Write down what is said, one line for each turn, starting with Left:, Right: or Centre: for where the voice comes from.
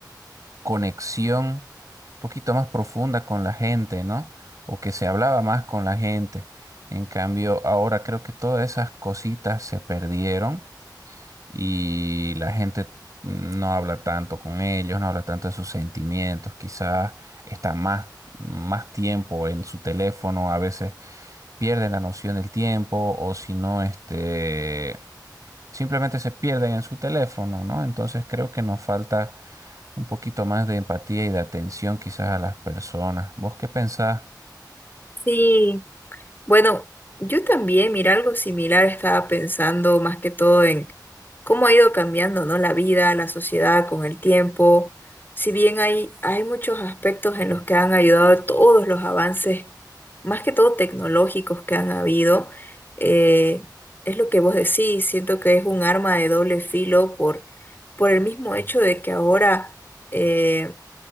Right: conexión un poquito más profunda con la gente, ¿no? O que se hablaba más con la gente. En cambio, ahora creo que todas esas cositas se perdieron y la gente no habla tanto con ellos, no habla tanto de sus sentimientos, quizás está más, más tiempo en su teléfono, a veces pierden la noción del tiempo o si no, este simplemente se pierden en su teléfono, ¿no? Entonces creo que nos falta un poquito más de empatía y de atención quizás a las personas. ¿Vos qué pensás?
Left: Sí. Bueno, yo también, mira, algo similar estaba pensando más que todo en cómo ha ido cambiando, ¿no? La vida, la sociedad con el tiempo. Si bien hay, hay muchos aspectos en los que han ayudado todos los avances, más que todo tecnológicos que han habido, eh, es lo que vos decís, siento que es un arma de doble filo por, por el mismo hecho de que ahora... eh,